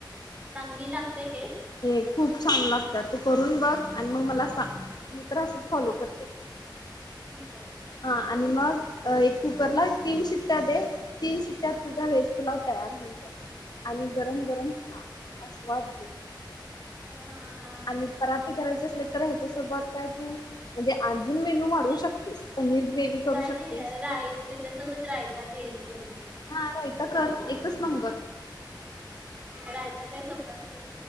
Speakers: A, on the right (about 15°); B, on the left (about 55°).
A: चांगली लागते टेस्ट.?
B: हम्म खूप छान लागतात तू करून बघ आणि मग मला सांग मी तर असंच फॉलो करते.
A: ठीक आहे
B: हा
A: अजून
B: आणि मग. एक कुकरला तीन शिट्ट्या दे, तीन शिट्ट्यात तुझा व्हेज पुलाव तयार होऊन जाईल. आणि गरम गरम खा आस्वाद घे.
A: ह हा.
B: आणि पराठे करायचे असले. तर हेच्या सोबत काय तू म्हणजे अजून मेनू वाढू शकतेस. पनीर ग्रेव्ही करू
A: काय
B: शकतेस
A: नाही, राय त्याच्यासोबत रायता घेईल करून.
B: हा रायता कर, एकच नंबर.
A: रायता काय सोपं असतंय